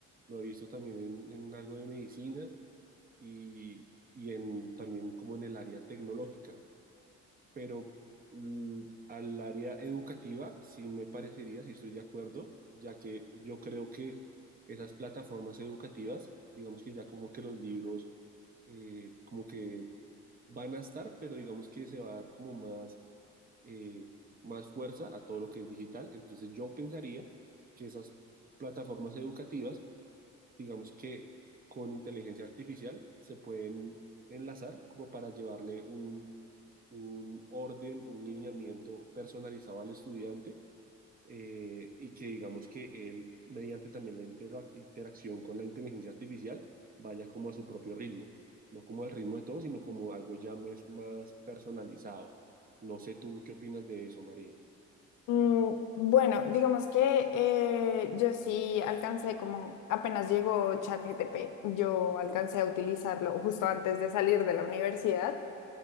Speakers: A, on the right; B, on the left.
A: Lo he visto también en, en algo de medicina y, y en, también como en el área tecnológica pero l- al área educativa sí me parecería, sí estoy de acuerdo, ya que yo creo que esas plataformas educativas, digamos que ya como que los libros eh, como que van a estar, pero digamos que se va a dar como más, eh, más fuerza a todo lo que es digital. Entonces yo pensaría que esas plataformas educativas digamos que con inteligencia artificial se pueden enlazar como para llevarle un, un orden, un lineamiento personalizado al estudiante eh, y que digamos que él, mediante también la intera- interacción con la inteligencia artificial, vaya como a su propio ritmo, no como al ritmo de todos, sino como algo ya mes- más personalizado. No sé tú qué opinas de eso, María.
B: Mm, Bueno, digamos que eh, yo sí alcancé como apenas llegó ChatGPT, yo alcancé a utilizarlo justo antes de salir de la universidad